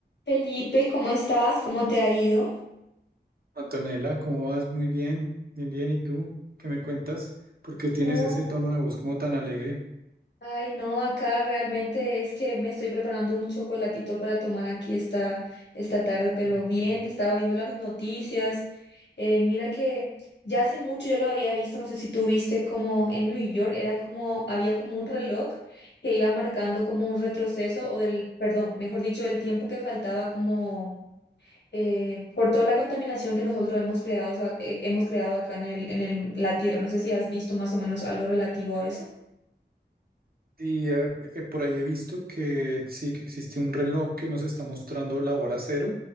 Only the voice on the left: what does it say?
Felipe, ¿cómo estás? ¿Cómo te ha ido?
No,
ay, no, acá realmente es que me estoy preparando un chocolatito para tomar aquí esta, esta tarde, pero
bien,
estaba viendo las noticias. eh, mira que ya hace mucho yo lo había visto, no sé si tú viste como en New York era como, había como un reloj que iba marcando como un retroceso o del, perdón, mejor dicho, el tiempo que faltaba como eh, por toda la contaminación que nosotros hemos creado, o sea, eh, hemos creado acá en el, en el- la Tierra. No sé si has visto más o menos algo relativo a eso.